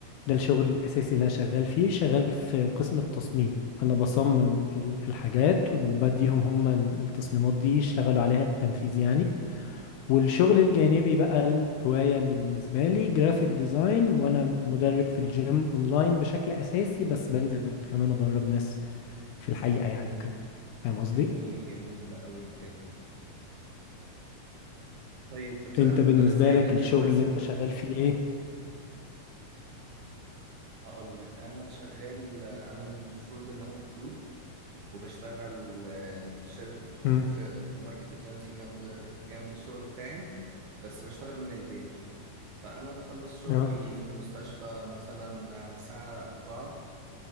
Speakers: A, on the left (about 80°); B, on the right (about 70°).
A: ده الشغل الاساسي اللي انا شغال فيه شغال في قسم التصميم انا بصمم ال- الحاجات وبديهم هم ال- التصميمات دي يشتغلوا عليها التنفيذ يعني والشغل الجانبي بقى الهوايه اللي بالنسبه لي جرافيك ديزاين وانا مدرب في الجيم اونلاين بشكل اساسي بس بنزل كمان ادرب ناس في الحقيقه يعني وكده فاهم
B: طب
A: قصدي
B: جميل جميل ده قوي بجد طيب بتقدر
A: انت بالنسبة
B: ازاي
A: لك
B: ان انت
A: الشغل
B: توازن
A: اللي انت
B: بينهم
A: شغال فيه ايه
B: هقول لك انا شغال انا المفروض ان انا دكتور وبشتغل آه، في شركة
A: امم
B: في ماركت ايجنسي جنب جنب الشغل بتاعي بس بشتغل من البيت فانا بخلص شغلي
A: اه
B: في المستشفى مثلا على الساعة 4